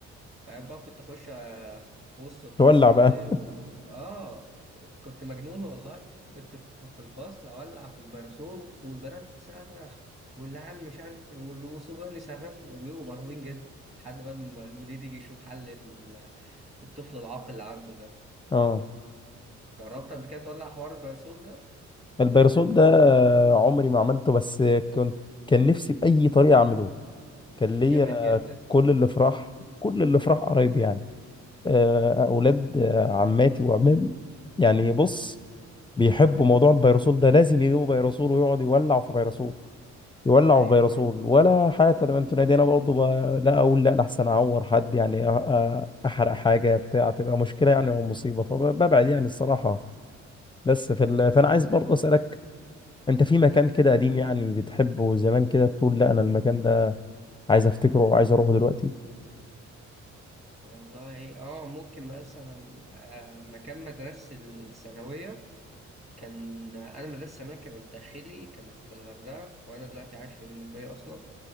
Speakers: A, on the right; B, on the left.
A: بعد بقى كنت اخش في وسط الفصل
B: تولع بقى
A: و... اه كنت مجنون والله كنت في في الفصل اولع في البراسوف والبنات تصرخ والعيال مش عارف والوصبيان يصرخوا وبيبقوا مرعوبين جدا لحد بقى ما المدير يجي يشوف حل في ال- في الطفل العاقل اللي عنده ده
B: <laughs> اه
A: جربت قبل كده تولع حوار البرسول ده
B: البيرسول ده آه، عمري ما عملته بس كنت كان نفسي بأي طريقة أعمله كان
A: جامد
B: ليا
A: جدا
B: كل اللي فرح كل اللي فرح قرايبي يعني آه، أولاد آه، عماتي وعمامي يعني بص بيحبوا موضوع البيرسول ده لازم يجيبوا بيرسول ويقعد يولع في بيرسول يولع
A: ايوه
B: في بيرسول ولا حياة لمن تنادي أنا برضه ب- لا أقول لا أنا أحسن أعور حد يعني أ- أ- أحرق حاجة بتاع تبقى مشكلة يعني أو مصيبة فببعد يعني الصراحة بس في ال... فأنا عايز برضه أسألك انت في مكان كده قديم يعني بتحبه زمان كده تقول لا انا المكان ده عايز افتكره وعايز اروحه دلوقتي
A: والله اه ممكن مثلا آه، مكان مدرسة الثانوية كان انا مدرسه ثانوي كانت داخلي كانت في الغردقه وانا دلوقتي عايش في المنوفيه اصلا